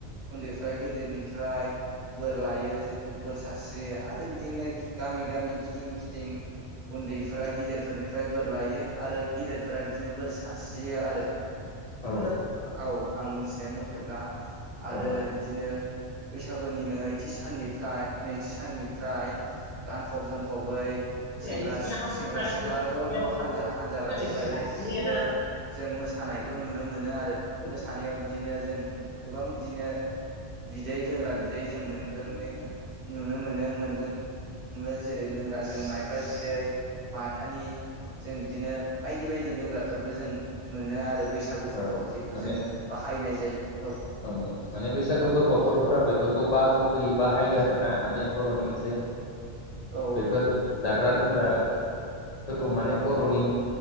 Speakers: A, on the right; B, on the left.
A: उन्दैफ्रा गेदेरनिफ्राय बोर लायो जेखौ बोर सारस्रियो आरो बिदिनो गामि-गामि, गिदिं-गिदिं उन्दैफोरा गिदिरफोरनि फ्राय बोर लायो आरो गिदिरफोरा बिदिनो बोर सारस्रियो आरो।
B: औ
A: औ आं मोनथिनाय म थेब्ला आरो
B: औ औ
A: बिदिनो बैसागुनि नैथि साननि फ्राय नैथि साननिफ्राय गानफब जोमफबै सेंग्रा
B: इसमें
A: सिख
B: हम
A: - सेंग्रा
B: लोग टाइम
A: सिख्ला ज'-ज'
B: किया तो
A: हानजा-हानजा
B: किधर
A: लायै-लायै
B: लिखेगा नहीं
A: बिदिनो
B: है ना।
A: जों मोसा मोसानायखौ नुनो मोनो आरो
B: औ
A: मोसानायाव बिदिनो जों गोबां बिदिनो बिदै लोंग्रा बिदै जों मोनलोंनायमोन नुनो मोनो मोनलों ओं जेरै लोंग्रा बा जों माइब्रा बिदै माथानि स जों बिदिनो बायदि बायदि लोंग्राफोरबो जों मोनो आरो ओ बैसागु
B: औ
A: फोरखौ जेखौ
B: माने
A: जोङो बाहायनाय जायो। औ।
B: औ माने बैसागो फोरबोआव बर'फोरा बेफोरखौ बा गुबैयै बाहायो आरोना माने बर'नि मोनसे
A: औ औ
B: बेफोर जाग्रा लोंग्रा- फोरा फोरखौ माने बर'नि